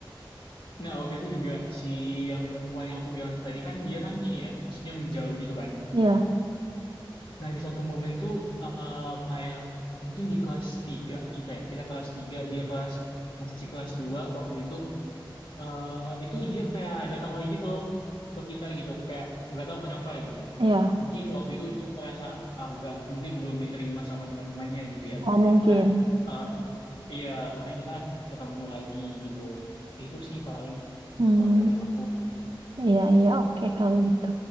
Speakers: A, on the left (about 70°); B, on the right (about 70°).
A: Nah, waktu itu juga si yang perempuan yang aku bilang tadi kan dia kan ini ya, maksudnya menjauh gitu kan.
B: Iya,
A: Nah, di satu momen tuh eh, kayak mungkin di kelas 3 kita ya, kita kelas 3 dia kelas masih kelas 2 waktu itu eh, itu dia kayak datang lagi gitu loh ke kita gitu, kayak nggak tahu kenapa gitu.
B: iya.
A: Mungkin waktu itu dia ngerasa agak mungkin belum diterima sama teman-temannya gitu ya. Makanya
B: Oh, mungkin.
A: kita eh, iya, makanya kita ketemu lagi gitu. Itu sih paling
B: Hmm.
A: kalau dari aku.
B: Iya, iya, oke kalau gitu.